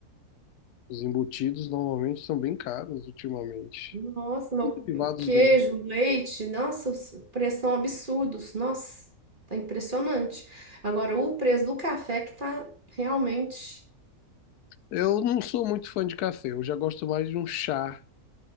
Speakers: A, on the left; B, on the right.
A: Os embutidos normalmente são bem caros ultimamente.
B: Nossa, meu,
A: Derivados
B: o queijo,
A: do.
B: o leite, nossa, os preços são absurdos. Nossa, tá impressionante. Agora, o preço do café que tá realmente.
A: Eu não sou muito fã de café, eu já gosto mais de um chá.